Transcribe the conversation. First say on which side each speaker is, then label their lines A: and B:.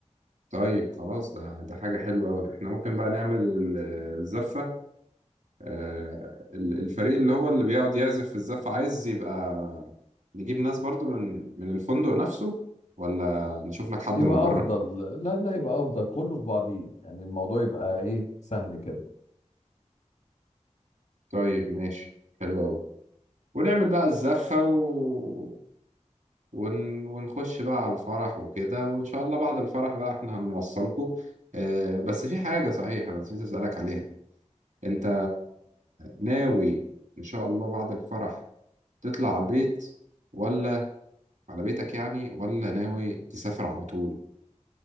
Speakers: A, on the right (about 80°); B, on the left (about 70°).
A: طيب خلاص ده ده حاجة حلوة أوي إحنا ممكن بقى نعمل ال- الزفة آه ال- الفريق اللي هو اللي بيقعد يعزف في الزفة عايز يبقى نجيب ناس برضو من من الفندق نفسه ولا نشوف لك حد
B: يبقى
A: من بره
B: افضل لا لا يبقى افضل كله في بعضيه يعني الموضوع يبقى ايه سهل كده
A: طيب ماشي حلو أوي ونعمل بقى الزفة و... ون... ونخش بقى على الفرح وكده وإن شاء الله بعد الفرح بقى إحنا هنوصلكوا آه بس في حاجة صحيح أنا نسيت أسألك عليها أنت ناوي إن شاء الله بعد الفرح تطلع على البيت ولا على بيتك يعني ولا ناوي تسافر على طول